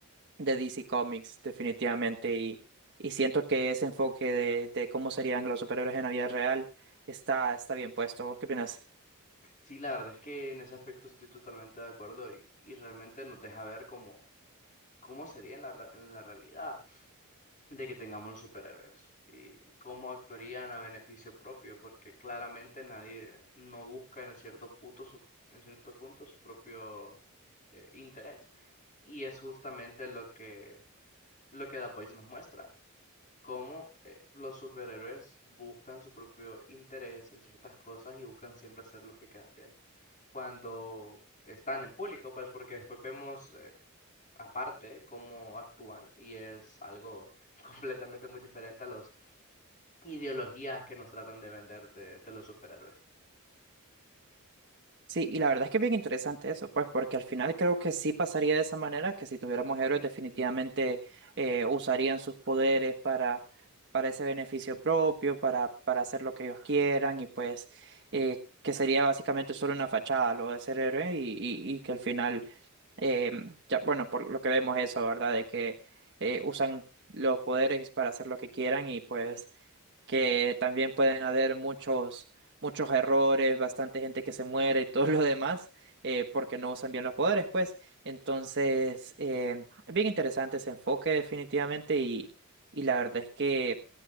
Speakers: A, on the right (about 50°); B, on the left (about 35°).
A: de DC Comics, definitivamente. Y, y siento que ese enfoque de, de cómo serían los superhéroes en la vida real está, está bien puesto. ¿Vos qué opinas?
B: Sí, la verdad es que en ese aspecto estoy totalmente de acuerdo y, y realmente nos deja ver cómo, cómo sería en la, re- en la realidad de que tengamos superhéroes y cómo actuarían a beneficio propio, porque claramente nadie no busca en cierto punto su, en cierto punto su propio eh, interés. Y es justamente lo que Lo que The Voice nos muestra, cómo eh, los superhéroes buscan su propio interés en ciertas cosas y buscan siempre hacer los que quedan bien. Cuando están en público, pues porque después vemos eh, aparte cómo actúan y es algo <laughs> completamente muy diferente a las ideologías que nos tratan de vender de, de los superhéroes.
A: Sí, y la verdad es que es bien interesante eso, pues, porque al final creo que sí pasaría de esa manera, que si tuviéramos héroes definitivamente eh, usarían sus poderes para, para ese beneficio propio, para, para hacer lo que ellos quieran, y pues eh, que sería básicamente solo una fachada lo de ser héroe, y, y, y que al final, eh, ya, bueno, por lo que vemos eso, ¿verdad? De que eh, usan los poderes para hacer lo que quieran y pues que también pueden haber muchos, muchos errores, bastante gente que se muere y todo lo demás, eh, porque no usan bien los poderes, pues. Entonces, eh, es bien interesante ese enfoque definitivamente y, y la verdad es que